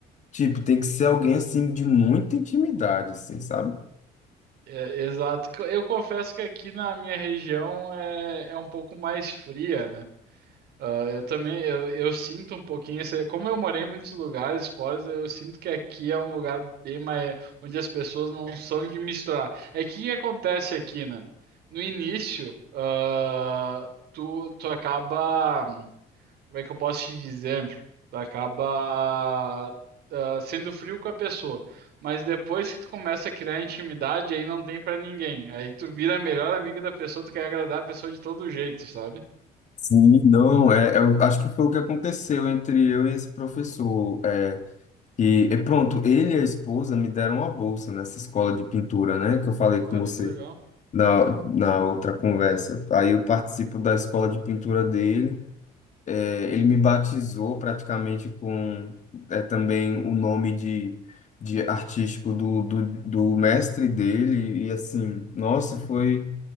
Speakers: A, on the left; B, on the right.
A: tipo, tem que ser alguém assim de muita intimidade, assim, sabe?
B: É, exato. Eu confesso que aqui na minha região é, é um pouco mais fria, né? Ah, eu também, eu, eu sinto um pouquinho esse, como eu morei em muitos lugares fora, eu sinto que aqui é um lugar bem mais, onde as pessoas não são de misturar. É que o que acontece aqui, né? No início, ah, tu, tu acaba, como é que eu posso te dizer? Tu acaba, ah, sendo frio com a pessoa, mas depois que tu começa a criar intimidade, aí não tem pra ninguém. Aí tu vira a melhor amiga da pessoa, tu quer agradar a pessoa de todo jeito, sabe?
A: Sim, não, é, eu acho que foi o que aconteceu entre eu e esse professor. É, e, e pronto, ele e a esposa me deram uma bolsa nessa escola de pintura, né? Que eu falei
B: Olha
A: com você
B: que legal.
A: na, na outra conversa. Aí eu participo da escola de pintura dele. É, ele me batizou praticamente com é, também o nome de, de artístico do, do, do mestre dele. E assim, nossa, foi.